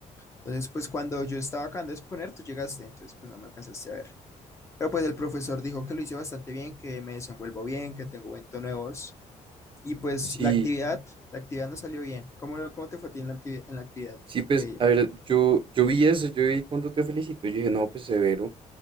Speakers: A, on the left (about 20°); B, on the right (about 40°).
A: Entonces, pues cuando yo estaba acabando de exponer, tú llegaste, entonces pues no me alcanzaste a ver. Pero pues el profesor dijo que lo hice bastante bien, que me desenvuelvo bien, que tengo buen tono de voz. Y pues
B: Sí.
A: la actividad, la actividad no salió bien. ¿Cómo, cómo te fue a ti en la actividad? En la actividad?
B: Sí, pues,
A: Que-
B: a ver, yo, yo vi eso, yo vi cuando te felicito, y yo dije, no, pues severo.